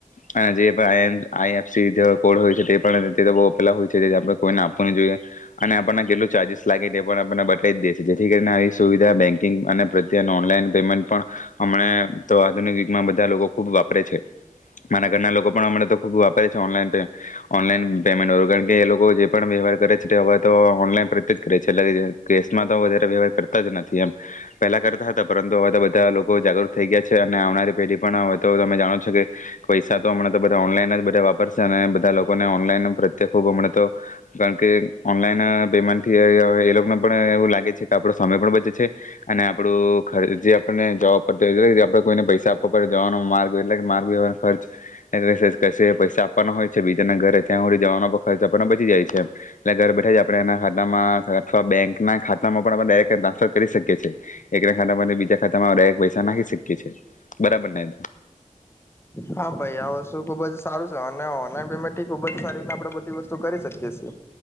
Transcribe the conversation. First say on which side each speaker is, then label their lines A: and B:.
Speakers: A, on the left; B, on the left.
A: અને જે આઈએફસી કોડ હોય છે તે પણપેલા હોય છે જે આપણે કોઈને આપવું ન જોઈએ અને આપણને કેટલું ચાર્જિસ લાગે તે પણ આપને બ ખરી દે છે જેથી કરીને આવી સુવિધા બેન્કિંગ અને પ્રત્યે અને ઓનલાઈન પેમેન્ટ પણ અમ તો આધુનિક ુગમાં બધા લોકો ખૂબ વાપરે છે મારા ઘરના લોકો પણ અમ તો ખુબ વાપરે છે ઓનન ઓનલાઈન પેમેન્ટળ કારણ કે એ લોકો જે પણ વ્યવહાર કરે છે હવે તો ઓનલાઈન પ્રત્યે જ કરે છે. કેસમાં તો વધારે વ્યવહાર કરતા જ નથી એમ પહેલા કરતા હતા પરંતુ હવે તો બધા લોકો જાગૃત થઈ ગયા છે અને આવનારી પેઢી પણ હવે તો તમે જાણો છો કે પૈસા તો હમણાં તો બધા ઓનલાઈન જ બધા વાપરશે અને બધા લોકોને ઓનલાઈન પ્રત્યે ખૂબ હમણાં તો કારણ કે ઓનલાઈન પેમેન્ટ થી એ લોકો એવું લાગે છે કે આપડો સમય પણ બચે છે અને આપડું ખચ જે આપણને જવા પડ આપડે કોઈને પૈસા આપવા પડે જવાનો માર્ગ એટલે માર્ગ ખર્ચ પૈસા આપવાનો હોય છે બીજાના ઘરે ત્યાંી જવાનો ખર્ચ આપને બચી જાય છે એમ એટલે ઘર બેઠા જ આપણે એના ખાતામાં અથવાતો બેંક ખાતામાં પણ આપણે ડાયરેક્ટ ટ્રાન્સફર કરી શકીએ છીએ છે. એક ના ખાતામાં બીજા ખાતામાં ડાયરેક પૈસા નાખી શકીએ છીએ બરાબર ને.
B: હા ભાઈ આ વસ્તુ ખુબ જ સારું છે અને ઓનઈન પેમેન્ટ ખુબ જ સારી આપણેે બધી વસ્તુ કરી શકી છીએ